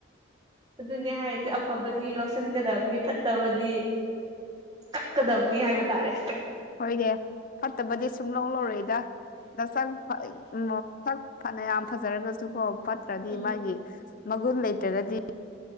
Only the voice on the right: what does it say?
ꯑꯗꯨꯅꯦ ꯍꯥꯏꯁꯦ ꯑꯐꯕꯗꯤ ꯂꯧꯁꯤꯟꯒꯗꯕꯅꯤ ꯐꯠꯇꯕꯗꯤ ꯀꯛꯀꯗꯕꯅꯤ ꯍꯥꯏꯕ ꯇꯥꯔꯦ
ꯎꯝ